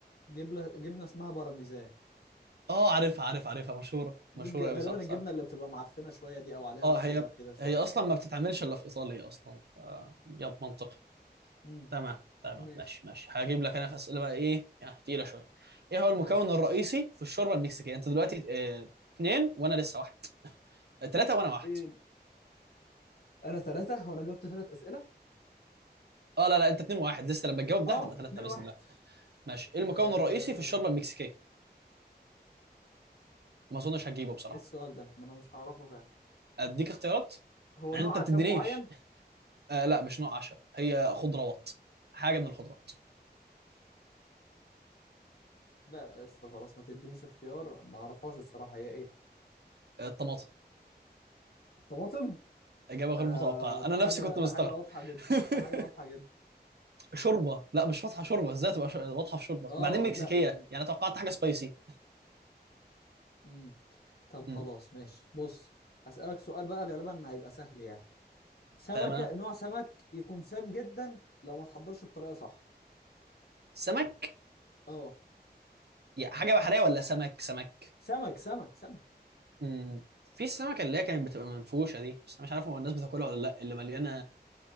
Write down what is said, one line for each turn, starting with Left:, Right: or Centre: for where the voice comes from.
Left: جبنه جبنه اسمها بارميزان
Right: اه عارفها عارفها عارفها مشهوره
Left: دي
Right: مشهوره
Left: الج- غالبا
Right: قوي صح صح
Left: الجبنه اللي بتبقى معفنه شويه دي او عليها
Right: اه
Left: لون
Right: هي
Left: اخضر كده شويه
Right: هي اصلا ما بتتعملش الا في ايطاليا اصلا ف يب منطقي
Left: امم
Right: تمام تمام
Left: ماشي
Right: ماشي ماشي هجيب لك انا في اسئله بقى ايه يعني تقيله شويه ايه هو المكون
Left: ماشي
Right: الرئيسي في الشوربه المكسيكيه انت دلوقتي اه اتنين وانا لسه واحد اه تلاته وانا واحد
Left: ايه انا ثلاثة وانا جبت ثلاث اسئلة
Right: اه لا لا انت اتنين واحد لسه لما تجاوب ده
Left: اه
Right: هتبقى تلاته
Left: اتنين
Right: باذن
Left: واحد
Right: الله ماشي
Left: آه،
Right: ايه المكون الرئيسي في الشوربه المكسيكيه ما اظنش هتجيبه
Left: ايه
Right: بصراحه
Left: السؤال ده ما انا مش هعرفه فعلا
Right: اديك اختيارات
Left: هو
Right: يعني
Left: نوع
Right: انت بتدينيش
Left: عشان معين
Right: آه لا مش نوع عشب هي خضروات حاجه من الخضروات
Left: لا يا اسطى خلاص ما تدينيش اختيار ما اعرفهاش الصراحه هي ايه
Right: آه الطماطم
Left: الطماطم
Right: اجابه
Left: ده
Right: غير متوقعه
Left: ده
Right: انا
Left: حاجه
Right: نفسي كنت
Left: ده
Right: مستغرب
Left: حاجه واضحه جدا
Right: <laughs>
Left: ده حاجه واضحه جدا
Right: شوربه لا مش فاتحه شوربه ازاي تبقى ش- واضحه في شوربه
Left: اه
Right: بعدين مكسيكيه
Left: لا يعني
Right: يعني توقعت حاجه سبايسي
Left: امم طب خلاص
Right: مم.
Left: ماشي بص هسألك سؤال بقى غالبا هيبقى سهل يعني سمكة
Right: تمام
Left: نوع سمك يكون سام جدا لو ما تحضرش بطريقة صح
Right: سمك
Left: اه
Right: يا حاجة بحرية ولا سمك سمك
Left: سمك سمك سمك
Right: مم. في السمكة اللي هي كانت بتبقى منفوشة دي بس أنا مش عارف هو الناس بتاكلها ولا لأ اللي مليانة